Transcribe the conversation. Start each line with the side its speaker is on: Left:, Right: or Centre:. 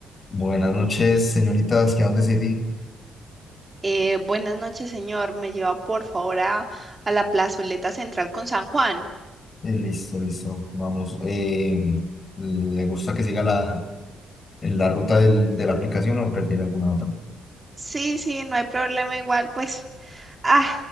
Left: Buenas noches, señoritas. ¿Qué dónde City?
Right: Eh, buenas noches, señor. ¿Me lleva por favor a, a la plazoleta central con San Juan?
Left: Eh, listo, listo. Vamos. Eh, ¿le gusta que siga la, la ruta del- de la aplicación o prefiere alguna otra?
Right: Sí, sí, no hay problema igual, pues, ah,